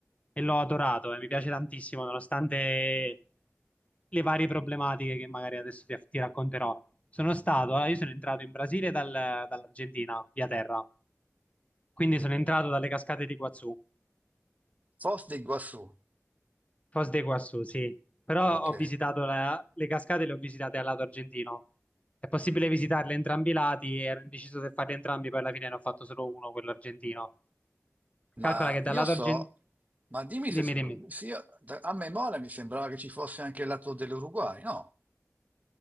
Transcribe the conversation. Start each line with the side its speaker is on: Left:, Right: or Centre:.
Left: E l'ho adorato e mi piace tantissimo, nonostante le varie problematiche che magari adesso ti, ti racconterò. Sono stato, allora, io sono entrato in Brasile dal- dall'Argentina, via terra. Quindi
Right: Mhm.
Left: sono entrato dalle cascate di Iguazú,
Right: Foz de Iguazú.
Left: Foz de Iguazú, sì. Però
Right: Ok.
Left: ho visitato la- le cascate, le ho visitate al lato argentino. È possibile visitarle entrambi i lati, ero indeciso se farli entrambi, poi alla fine ne ho fatto solo uno, quello argentino.
Right: Ma
Left: Calcola che dal
Right: io
Left: lato
Right: so,
Left: argentino...
Right: ma dimmi
Left: Dimmi,
Right: se,
Left: dimmi.
Right: se io- a memoria mi sembrava che ci fosse anche il lato dell'Uruguay, no?